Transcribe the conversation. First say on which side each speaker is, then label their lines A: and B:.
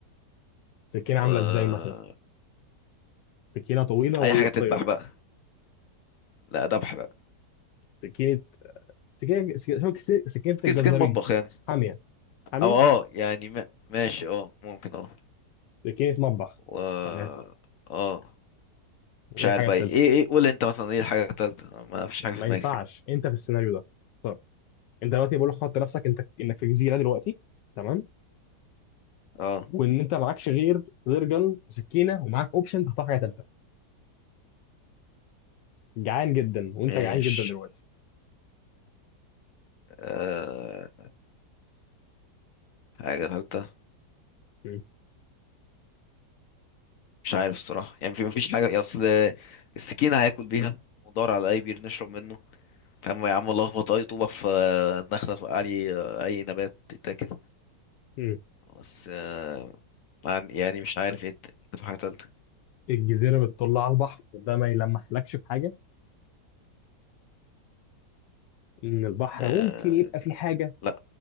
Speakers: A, on the left (about 90°); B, on the left (about 65°).
A: سكينة عاملة
B: و
A: إزاي مثلا؟ سكينة طويلة ولا
B: اي حاجة
A: قصيرة؟
B: تذبح بقى لا ذبح بقى
A: سكينة سكينة سكينة سكينة
B: سكين
A: الجزارين
B: سكين مطبخ يعني
A: حامية حامية
B: او اه يعني ما... ماشي اه ممكن اه
A: سكينة مطبخ
B: و
A: تمام
B: اه
A: وإيه
B: مش عارف
A: الحاجة
B: بقى
A: التالتة؟
B: ايه ايه قول انت مثلا ايه الحاجة التالتة ما فيش حاجة
A: ما
B: في دماغي
A: ينفعش انت في السيناريو ده اختار انت دلوقتي بقول لك حط نفسك انت انك في جزيره دلوقتي تمام
B: اه
A: وان انت معكش غير فلير جن وسكينه ومعاك اوبشن تختار حاجه ثالثه جعان جدا وانت
B: مش
A: جعان جدا دلوقتي
B: آه... حاجة تالتة
A: مم.
B: مش عارف الصراحة يعني في مفيش حاجة يا اصل السكينة هياكل بيها ودور على اي بير نشرب منه فاهم يا عم لخبط اي طوبة في دخلة توقع لي اي نبات تتاكل
A: مم.
B: بس آه... عن- يعني مش عارف ايه الت- ممكن تبقى حاجة تالتة
A: الجزيره بتطل على البحر ده ما يلمحلكش بحاجه ان البحر
B: آه...
A: ممكن يبقى فيه حاجه
B: لا